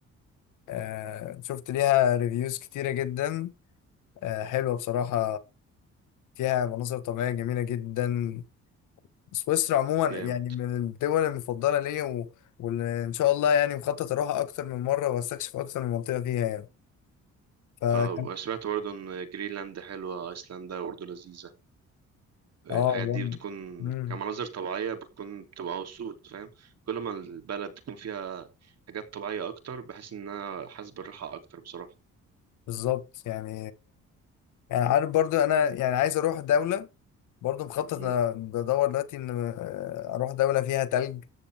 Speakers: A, on the left; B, on the right.
A: آه شفت ليها ريفيوز كتيرة جدا آه حلوة بصراحة فيها مناظر طبيعية جميلة جدا سويسرا عموما
B: جامد
A: يعني من الدول المفضلة ليا و... واللي إن شاء الله يعني مخطط أروحها أكتر من مرة وأستكشف أكتر من منطقة فيها يعني فكان
B: اه سمعت برضه ان جرينلاند حلوة ايسلندا برضه لذيذة الحاجات
A: اه
B: دي بتكون
A: مم.
B: كمناظر طبيعية بتكون بتبقى مبسوط فاهم كل ما البلد تكون فيها حاجات طبيعية أكتر بحس إن أنا حاسس بالراحة أكتر بصراحة
A: بالظبط يعني يعني عارف برضو انا يعني عايز اروح دولة برضو مخطط
B: مم.
A: انا بدور دلوقتي ان آه، اروح دولة فيها تلج